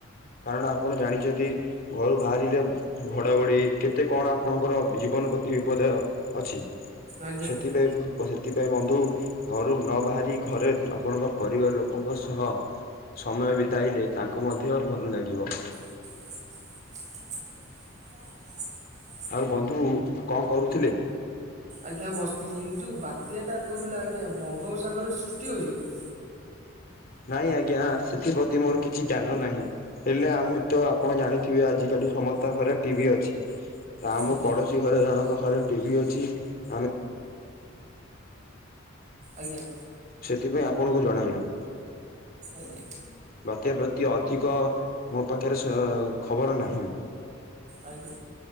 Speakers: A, on the left; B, on the right.
A: କାରଣ ଆପଣ ଜାଣିଚନ୍ତି ଘରୁ ବାହାରିଲେ ଘଡଘଡି କେତେ କଣ ଆପଣଙ୍କର ଜୀବନ ପ୍ରତି ବିପଦ ଅଛି
B: ଆଜ୍ଞା
A: ସେଥିରେ ବସେ ସେଥିପାଇଁ ବନ୍ଧୁ ଘରୁ ନ ବାହାରି ଘରେ ଆପଣଙ୍କ ପରିବାର ଲୋକଙ୍କ ସହ ସମୟ ବିତାଇଲେ ତାଙ୍କୁ ମଧ୍ୟ ଭଲ ଲାଗିବ।
B: <inaudible>
A: ଆଉ ବନ୍ଧୁ କଣ କରୁଥିଲେ।
B: ଆଜ୍ଞା ବସିଥିଲି ଯୋଉ ବାତ୍ୟାଟା କହୁଥିଲେ ଆଜ୍ଞା ବଙ୍ଗୋପସାଗରରେ ସୃଷ୍ଟି ହଉଚି କି।
A: ନାଇଁ ଆଜ୍ଞା ସେଥିପ୍ରତି ମୋର କିଛି ଜ୍ଞାନ ନାହିଁ। ହେଲେ ଆମେ ତ ଆପଣ ଜାଣିଥିବେ ଆଜି କାଲି ସମସ୍ତଙ୍କ ଘରେ ଟିବି ଅଛି। ଆମ
B: ଆଜ୍ଞା
A: ପଡୋଶୀ ଘରେ ଜଣଙ୍କ ଘରେ ଟିବି ଅଛି। ଆମେ
B: ଆଜ୍ଞା।
A: ସେଥିପାଇଁ ଆପଣଙ୍କୁ ଜଣାଇଲୁ।
B: ଆଜ୍ଞା।
A: ବାତ୍ୟା ପ୍ରତି ଅଧିକ ମୋ ପାଖରେ ସ ଖବର ନାହିଁ।
B: ଆଜ୍ଞା